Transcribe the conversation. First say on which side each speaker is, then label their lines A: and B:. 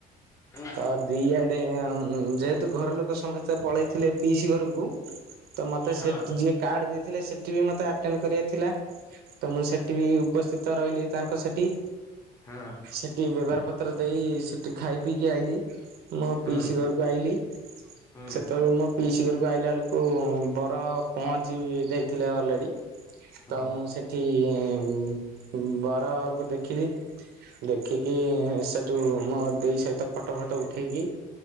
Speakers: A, on the left; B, on the right.
A: ହଁ
B: ତ ଦିଆଡେ ଏଁଉଁ ଯେହେତୁ ଘର ଲୋକ ସମସ୍ତେ ପଳେଇଥିଲେ ପିଇସି ଘରକୁ ତ ମତେ
A: ହଁ
B: ସେଠି ଯିଏ କାର୍ଡ ଦେଇଥିଲେ ସେଠି ବି ମତେ ଆଟେଣ୍ଡ କରିବାର ଥିଲା। ତ ମୁଁ ସେଠି ବି ଉପସ୍ଥିତ ରହିଲି ତାଙ୍କ ସେଠି।
A: ହଁ।
B: ସେଠି ବ୍ୟଭାର ପତ୍ର ଦେଇ ସେଠି ଖାଇ ପିଇକି ଆଇଲିି ମୋ
A: ହୁଁ
B: ପିଇସ ଘରୁ ଆଇଲିି
A: ହୁଁ
B: ସେତେବେଳେ ମୋ ପିଇସି ଘରକୁ ଆଇଲା ବେଳକୁ ବର ପହଞ୍ଚି ଯାଇଥିଲେ ଅଲରେଡି
A: ହୁଁ
B: ତ ମୁଁ ସେ ଠି ଉଁ ବରକୁ ଦେଖିଲି ଦେଖିକି ସ୍ ସେଠୁ ମୋ ଦେଇ ସହିତ ଫଟୋ ଫଟୋ ଉଠେଇକି